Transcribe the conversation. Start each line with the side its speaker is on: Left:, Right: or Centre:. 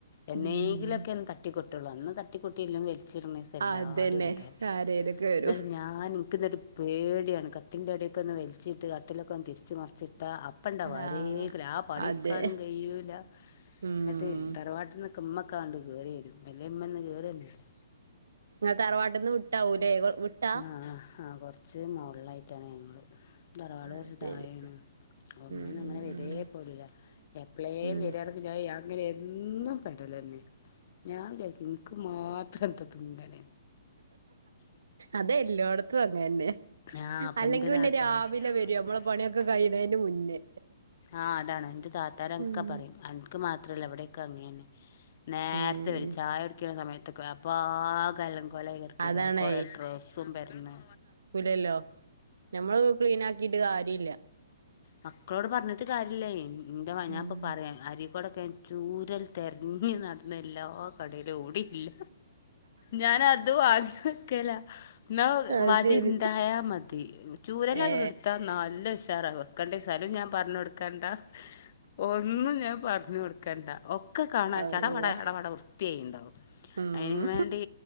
Left: ഏന്നേങ്കിലും
Right: ഉം
Left: ഒക്കെ ഒന്ന് തട്ടി ട്ടുള്ളു അന്ന് തട്ടിക്കൊട്ടില്ലെ ചിട്ണേസം എല്ലാരും
Right: അതന്നെ
Left: ഇണ്ടാവും
Right: ആരേലൊക്കെ വരും
Left: ഐന്നാലും ഞാൻ ഇൻക്കിന്നൊരു പേടിയാണ് കട്ടിൽൻ്റെ അടിയൊക്കൊന്ന് വൽച്ചിട്ട് കട്ടിലൊക്ക ഒന്ന് തിരിച്ച് മറിച്ച് ട്ട അപ്പണ്ടാവും ആരേങ്കിലും
Right: ആഹ്
Left: ആ പണി
Right: അതെ
Left: ക്കാനും കയ്യൂല്ല
Right: ഉം
Left: ഇന്നിട്ട് തറവാട്ട്ന്ന് ഇമ്മക്കാണ്ട് കേറി വരും വലിയ ഉമ്മയൊന്നും കയറിയൊന്നുമില്ല
Right: അ തറവാട്ട്ന്ന് ട്ടാവുലേ അ വിട്ടാ
Left: ആ ആ കൊർച്ച് മോൾലായിട്ടാണ് ഞങ്ങൾ തറവാട്
Right: ആഹ്
Left: കൊർച്ച്
Right: ശരി
Left: തായേണ് അമ്മന്ന
Right: ഉം
Left: അങ്ങനെ
Right: ഉം
Left: വരേ
Right: ഉം
Left: പോലില്ല എപ്പ്ളേലും
Right: ഉം
Left: വെരാണെങ്കി ഞാ എന്നും പെടെലെന്നെ ഞാൻ വിചാരിച്ചു നിനിക്ക് മാ ഉ തങ്കന
Right: അതെ എല്ലോടത്തും അങ്ങന്നെ
Left: ആഹ അപ്പൊ
Right: അല്ലെങ്കി
Left: എന്റെ
Right: പിന്നെ
Left: താത്താര
Right: രാവിലെ
Left: ആഹ്
Right: വരും
Left: അപൻ്റെ
Right: നമ്മളെ പണിയൊക്കെ
Left: താത്താ
Right: കഴിയണേന്റെ മുന്നേ
Left: ആ അതാണ് ഇൻ്റെ താത്താരൊക്കെ
Right: ഉം
Left: പറിറ അൻക്ക് മാത്രല്ല എവിടെക്കെ അങ്ങനേണ് നേരത്തെ
Right: ഉം
Left: വര ചായ കുടിക്കുന്ന സമയത്ത് ത്തക്കെ അപ്പ ആകെ അല കോലായി കെട്ക്കേക്കാരം
Right: അതാണ്
Left: കൊറേ ഡ്രസ്സും പര്ന്ന്
Right: ലല്ലോ ഞമ്മള് ക്ലീൻ ആക്കിട്ട് കാര്യല്ല
Left: മക്കളോട് പർഞ്ഞി ട്ട് കാര്യല്ലെയ് എന്താ ഞാൻപ്പ
Right: ഉം
Left: പറയാ ആര് ഇവിടൊക്കെൻ ചൂരൽ തെര്ഞ്ഞ് നട് എല്ലാ കടീലു ഔവിടില്ല ഞാൻ അത് വാങ്ങി വെക്കല ഇന്നാ
Right: അത്
Left: വടിണ്ടായാ
Right: ശരി
Left: മതി ചൂരെല്ലങേടുത്ത
Right: ഏ
Left: നല്ല ശ് തറവ് കൊടുക്കണ്ടേ സ്ഥലം ഞാൻ പറഞ്ഞു കൊടുക്കാണ്ടാ ഒന്നും ഞാൻ പർ ഞ് കൊട്ക്കണ്ട ഒ ഒക്കെ കാണാൻ
Right: അള്ളാ
Left: ചടവട ചടവട വൃത്തിയായിണ്ടാാവും
Right: ഉം
Left: അയ്നുറ വാണ്ടി